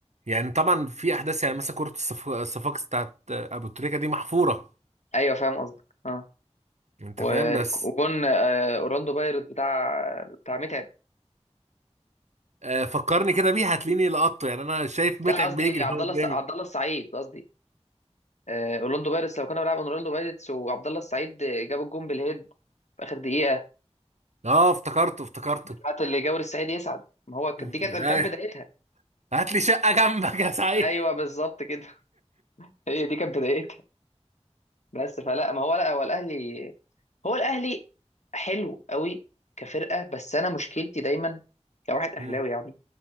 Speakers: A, on the right (about 75°); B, on the left (about 80°).
A: يعني طبعا في احداث يعني مثلا كره الصف... الصفاقس بتاعت ابو تريكه دي محفوره
B: ايوه فاهم قصدك اه
A: انت
B: و-
A: فاهم بس
B: وجون آه، اورلاندو بايرت بتاع بتاع متعب
A: آه، فكرني كده بيها هتلاقيني لقطته يعني انا شايف متعب
B: بتاع قصدي
A: بيجري
B: عبد
A: هو
B: الله
A: قدامي
B: الس- عبد الله السعيد قصدي آه، اورلاندو بايرتس لو كنا بنلعب اورلاندو بايرتس وعبد الله السعيد جاب الجون بالهيد في اخر دقيقه
A: اه افتكرته افتكرته
B: بتاعت اللي جاور السعيد يسعد ما هو كانت
A: انت
B: دي كانت
A: ايوه
B: كانت بدايتها
A: هات لي شقة جنبك يا سعيد
B: ايوه بالظبط كده <laughs> هي دي كانت بدايتها بس فلا ما هو لا هو الاهلي هو الاهلي حلو قوي كفرقه بس انا مشكلتي دايما كواحد اهلاوي
A: مم.
B: يعني